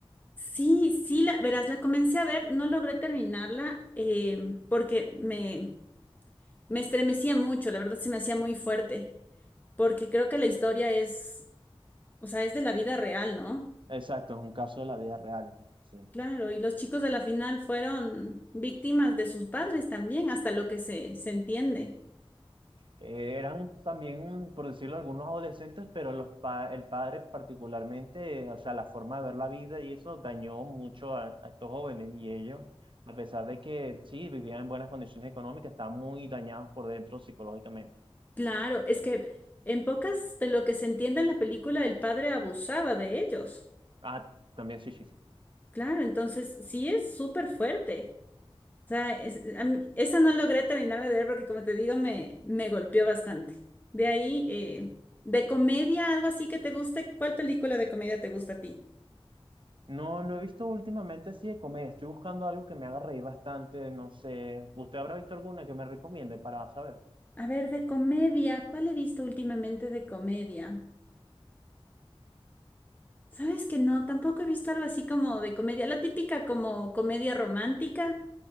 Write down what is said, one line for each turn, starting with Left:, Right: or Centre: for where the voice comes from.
Left: Sí, sí, la, verás, la comencé a ver, no logré terminarla eh, porque me, me estremecía mucho, la verdad se me hacía muy fuerte, porque creo que la historia es, o sea, es de la vida real, ¿no?
Right: Exacto, es un caso de la vida real, sí.
Left: Claro, y los chicos de la final fueron víctimas de sus padres también, hasta lo que se, se entiende.
Right: eh, eran también, un- por decirlo, algunos adolescentes, pero los pa- el padre particularmente, eh, o sea, la forma de ver la vida y eso dañó mucho a, a estos jóvenes y ellos, a pesar de que sí, vivían en buenas condiciones económicas, estaban muy dañados por dentro psicológicamente.
Left: Claro, es que en pocas de lo que se entiende en la película, el padre abusaba de ellos.
Right: Ah, también sí, sí. sí.
Left: Claro, entonces sí es súper fuerte. O sea, es- a mí- esa no logré terminarme de ver porque, como te digo, me, me golpeó bastante. De ahí, eh, de comedia, algo así que te guste, ¿cuál película de comedia te gusta a ti?
Right: No, no he visto últimamente así de comedia. Estoy buscando algo que me haga reír bastante. No sé, ¿usted habrá visto alguna que me recomiende para saber?
Left: A ver, de comedia, ¿cuál he visto últimamente de comedia? Sabes que no, tampoco he visto algo así como de comedia, la típica como comedia romántica.